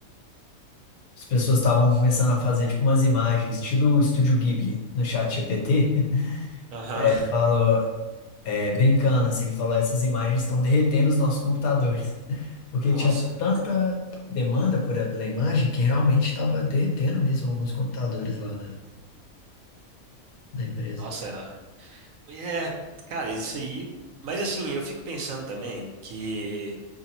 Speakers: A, on the left; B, on the right.
A: As pessoas estavam começando a fazer tipo umas imagens, estilo Estúdio Ghibli, no chat GPT. <laughs>
B: Aham.
A: E aí ele falou, é, brincando assim, ele falou, essas imagens estão derretendo os nossos computadores. <laughs> Porque
B: Nossa,
A: tinha tanta demanda por pela imagem que realmente estava derretendo mesmo alguns computadores lá na, na empresa.
B: nossa. É, é, cara, isso aí. Mas assim, eu fico pensando também que